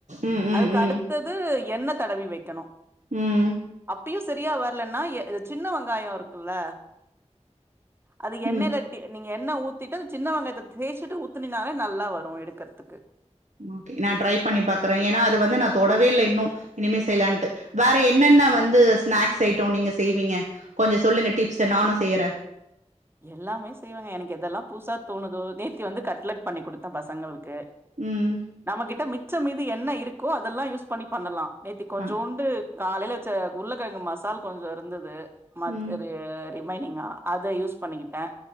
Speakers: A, on the right; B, on the right.
A: ம் ம்
B: அதுக்கு
A: ம்
B: அடுத்தது எண்ணெ தடவி வைக்கணு
A: ம்
B: அப் இப்பையு சரியா வரலன்னா எ சின்ன வெங்காயொ இருக்குல்ல அது எண்ணெய்ல
A: ம்
B: நீங்க எண்ணெ ஊத்திட்டு அது சின்ன வெங்கத்த தேய்ச்சிட்டு ஊத்தினாலே நல்லா வரு எடுக்கறதுக்கு
A: ஓகே நா ட்ரை பண்ணி பாக்குறே ஏன்னா அது வந்து நா தொடவே இல்ல இன்னு இனிமே செய்லான்ட்டு வேற என்னென்ன வந்து ஸ்நாக்ஸ் ஜட்டோ நீங்க செய்வீங்க கொஞ்ச சொல்லுங்க டிப்ஸ் நானு செய்யறே
B: எல்லாமே செய்வேங்க எனக்கு எது எல்லா புதுசா தோணுதோ நேத்தி வந்து கட்லெட் பண்ணி கொடுத்தே பசங்களுக்கு
A: ம்
B: நம்மகிட்ட மிச்ச மீதி என்ன இருக்கோ அதெல்லா யூஸ் பண்ணி பண்ணலா நேத்தி கொஞ்சோண்டு
A: பண்
B: காலையில வெச்ச உருக்கெழங்கு மசால் கொஞ்சோ இருந்தது மாதிரி
A: ம்
B: ரிமைங்கா அத யூஸ் பண்ணிகிட்டே